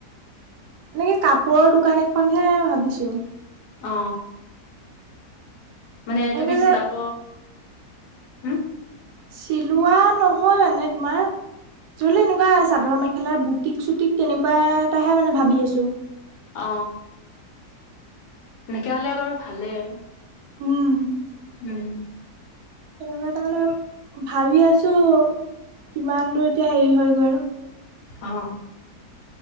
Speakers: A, on the right; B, on the left.
A: এনেকে কাপোৰৰ দোকান এখনহে ভাবিছো?
B: অ মানে
A: এনেকে
B: তুমি
A: যে
B: চিলাব হোম।
A: চিলোৱা নহয় মানে তোমাৰ চৰি এনেকুৱা চাদৰ মেখেলাৰ বুটিক চুটিক তেনেকুৱা এটাহে মানে ভাবি আছো।
B: অ এনেকে হলে বাৰু ভালেই
A: উম
B: উম
A: তেনেকুৱা তাৰ মানে ভাবি আছো। কিমান দূৰ এতিয়া হেৰি হয় গৈ আৰু
B: অ